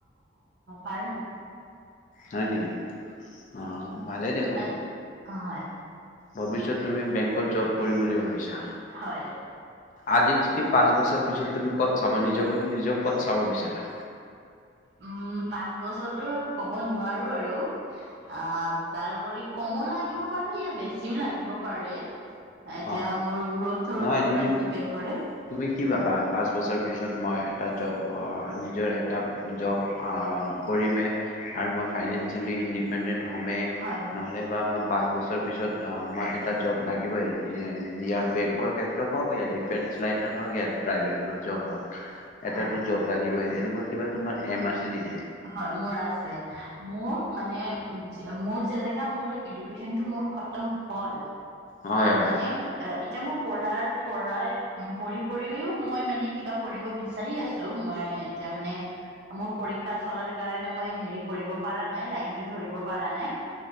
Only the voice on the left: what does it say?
হয় নেকি? অ ভালেই দেখোন।
ভৱিষ্যত তুমি বেংকত জব কৰিম বুলি ভাবা। ভাবিছা
আজিৰ চিকি- পাঁচ বছৰ পিছত তুমি ক'ত চাব নিজকে নিজক ক'ত চাব বিচাৰা।
অ
নহয়
তুমি
তুমি কি ভাবা পাঁচ বছৰ পিছত মই। এটা জব নিজৰ এটা জব কৰিমে আৰু মই ফাইনেন্সিয়েলি ইণ্ডিপেণ্ডেণ্ট। হমে
নহ'লে বা মই পাঁচ বছৰ পিছত- অ মই এটা জব লাগিবই। ইয়াৰ বেংকৰ ক্ষেত্ৰত হওঁক ইয়া ডিফেন্স লাইনৰ হওঁক ইয়া প্ৰাইভেট জব হওঁক। এটাটো
জব লাগিবই এনেকুৱা। কিবা তোমাৰ এম আছে। নেকি?
হয় হয়